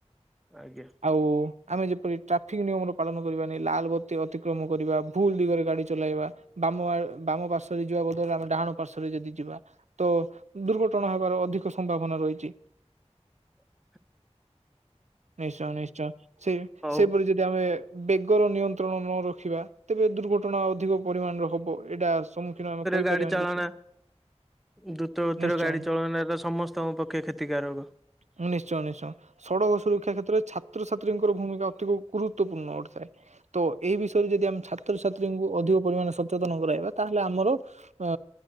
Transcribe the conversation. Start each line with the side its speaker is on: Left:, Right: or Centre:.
Centre: ଆଜ୍ଞା।
Right: ଆଉ ଆମେ ଯେପରି ଟ୍ରାଫିକ୍ ନିୟମର ପାଳନ କରିବାନି, ଲାଲ୍ ବତି ଅତିକ୍ରମ କରିବା, ଭୁଲ୍ ଦିଗରେ ଗାଡ଼ି ଚଲାଇବା ବାମ ଆ, ବାମ ପାର୍ଶ୍ୱରେ ଯିବା ବ ହେଲେ ଆମେ ଡାହାଣ ପାର୍ଶରେ ଯଦି ଯିବା ତ ଦୁର୍ଘଟଣା ହେବାର ଅଧିକ ସମ୍ଭାବନା ରହିଛି।
Centre: <inaudible>
Right: ନିଶ୍ଚୟ ନିଶ୍ଚୟ ସେ
Centre: ହଉ
Right: ସେପରି ଯଦି ଆମେ ବେଗର ନିୟନ୍ତ୍ରଣ ନ ରଖିବା ତେବେ ଦୁର୍ଘଟଣା ଅଧିକ ପରିମାଣରେ ହବ ଏଇଟା ସମ୍ମୁଖୀନ ଆମେ କହିପାରିବାନି
Centre: ଗାଡ଼ି ଚଳାନା।
Right: କିଛି
Centre: ଦ୍ରୁତ ଗତରେ
Right: ନିଶ୍ଚୟ।
Centre: ଗାଡି ଚଳନ ତ ସମସ୍ତଙ୍କ ପକ୍ଷେ କ୍ଷତିକାରକ।
Right: ହୁଁ ନିଶ୍ଚୟ ନିଶ୍ଚୟ। ସଡ଼କ ସୁରକ୍ଷା କ୍ଷେତ୍ରରେ ଛାତ୍ରଛାତ୍ରୀଙ୍କର ଭୂମିକା ଅତି ଗୁରୁତ୍ୱପୂର୍ଣ୍ଣ ଘଟିଥାଏ। ତ ଏଇ ବିଷୟରେ ଯଦି ଆମେ ଛାତ୍ରଛାତ୍ରୀଙ୍କୁ ଅଧିକ ପରିମାଣେ ସଚେତନ କରାଇବା ତାହେଲେ ଆମର ଅ